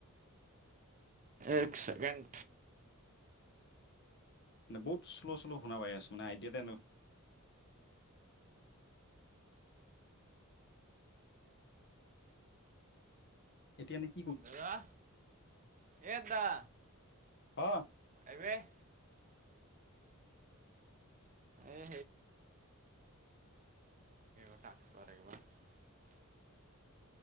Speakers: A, on the right (about 35°); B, on the left (about 55°).
A: এক ছেকেণ্ড।
B: বহুত শ্ল' শ্ল' শুনা পাই আছো মানে আইডিয়াতেনো এতিয়া নেকি
A: দাদা এ দাদা
B: হ
A: েই <unintelligible> এই অকাস্ কৰেিবাৰ <unintelligible>